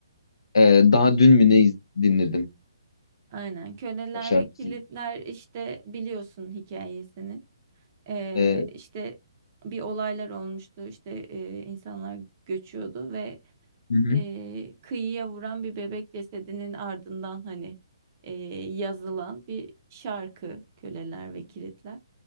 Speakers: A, on the left; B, on the right.
A: Ee, daha dün mü ne iz- dinledim
B: Aynen köleler
A: o şarkıyı?
B: ve kilitler işte biliyorsun hikayesini. Ee,
A: Ee,
B: işte bir olaylar olmuştu işte e, insanlar göçüyordu ve
A: hı hı.
B: e, kıyıya vuran bir bebek cesedinin ardından hani e, yazılan bir şarkı köleler ve kilitler.